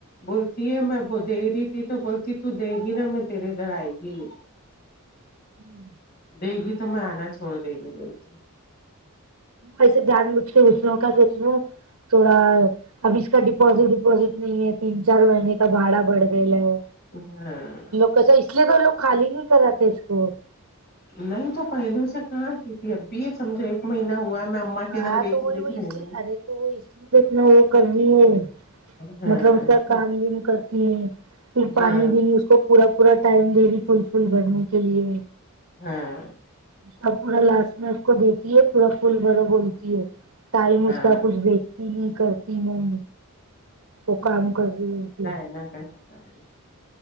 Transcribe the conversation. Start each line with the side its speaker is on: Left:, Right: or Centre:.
Left: بولتی ہے میں دے رہی تھی تو بولتی تو دے گی نا میں تیرے ادھر آئے گی نہیں
Right: <inaudible>
Left: دے گی تو میں آنا چھڑ دے گی بول کے
Right: ایسے جان بھوج کے دوسروں کیا سوچنا تھوڑا اب اس کا ڈپوزٹ وپوزٹ نہیں ہے تین چار مہینے کا بھاڑا بڑھ گیا ہے
Left: ہاں
Right: کیسے اس لیے تو لوگ خالی نہیں کراتے اس کو
Left: نہیں تو پہلے سے کہاں کی تھی اب بھی یہ سمجھو ایک مہینہ ہوا میں اما کے
Right: ہاں
Left: ادھر گئی
Right: تو
Left: تھی
Right: وہی
Left: دیکھ
Right: وہ
Left: رہے
Right: اس لیے
Left: نے
Right: ارے تو وہ اس لیے تو اتنا وہ کرہی ہے
Left: ہاں
Right: مطلب اس کا کام بھیم کرتی ہیں پھر پانی
Left: ہاں
Right: بھی نہیں اس کو پورا پورا ٹائم دے رہی فل فل بھرنے کے لیے
Left: ہاں
Right: سب پورا لاشٹ میں اس کو دیتی ہے پورا پھول بھرا بولتی ہے ٹائم اس
Left: ہاں
Right: کا کچھ دیکھتی نہیں کرتی میں وہ کام کر رہی ہوتی
Left: نا نا کیسا رہی